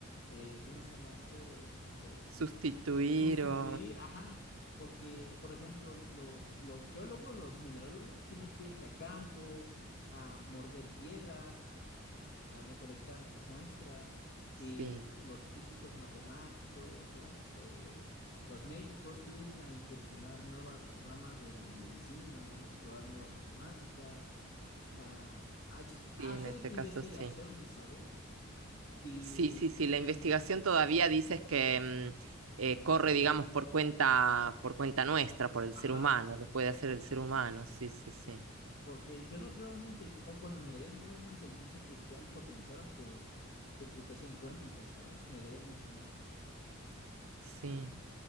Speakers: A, on the left; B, on the right.
A: el ¿cómo se llama esto? Pues
B: Sustituir
A: sustituir,
B: o...
A: ajá, porque, por ejemplo, los, los geólogos, los minerólogos tienen que irse a campo, a morder piedras, a, a recolectar muestras,
B: Sí,
A: y los físicos matemáticos, la, eh, los médicos tienen a incursionar nuevas ramas de la medicina, a explorar nuevas matemáticas, a, a ex- a
B: sí, en
A: hacer
B: este
A: investigaciones,
B: caso sí.
A: ¿sabes? Y,
B: Sí, sí, sí, la investigación todavía dices que mm, eh, corre, digamos, por cuenta, por cuenta nuestra, por el
A: ajá,
B: ser humano, lo puede hacer el ser humano, sí, sí, sí.
A: Porque yo no veo una inteligencia, o bueno, me daría miedo una inteligencia artificial potenciada por computación cuántica, ¿sabes? Me daría mucho miedo.
B: Sí.